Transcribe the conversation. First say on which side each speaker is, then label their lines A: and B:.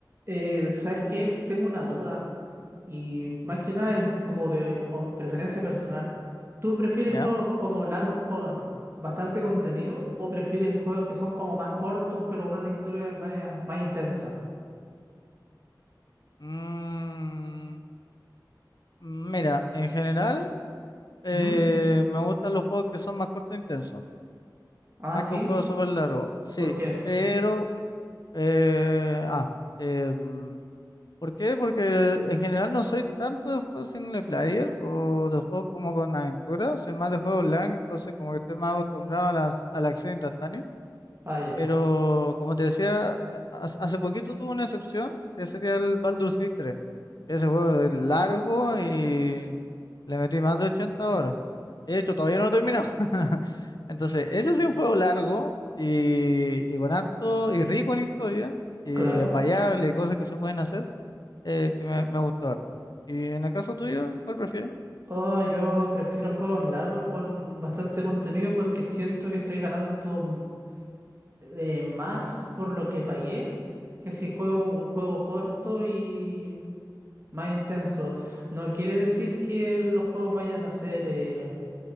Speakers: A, on the right (about 35°); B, on the left (about 65°).
A: Eh, ¿sabes qué? Tengo una duda y más que nada es como de o- preferencia personal. ¿Tú prefieres
B: ¿Ya?
A: juegos como largos con bastante contenido o prefieres juegos que son como más cortos pero con una historia más, más intensa?
B: Mm, mira, en general eh,
A: Ujú.
B: me gustan los juegos que son más cortos e intensos,
A: Ah,
B: más
A: sí.
B: que un juego súper largo, sí,
A: ¿Por qué?
B: pero... eh, ah, eh, mm, ¿por qué? Porque en general no soy tanto de juegos single player o de juegos como con aventura, soy más de juegos online, entonces como que estoy más acostumbrado a, las, a la acción instantánea,
A: Ah, ya.
B: pero como te decía, ha- hace poquito tuve una excepción, que sería el Baldur's Gate 3. Ese juego es largo y le metí más de 80 horas. De hecho, todavía no lo he terminado. <laughs> Entonces, ese sí es un juego largo y, y con harto y rico en historia y
A: Claro.
B: en variables y cosas que se pueden hacer eh, que me, me gustó harto. Y en el caso tuyo, ¿cuál prefieres?
A: Oh, yo prefiero juegos largos con bastante contenido porque siento que estoy ganando mm, eh, más por lo que pagué que si juego un juego corto y más intenso. No quiere decir que los juegos vayan a ser, eh,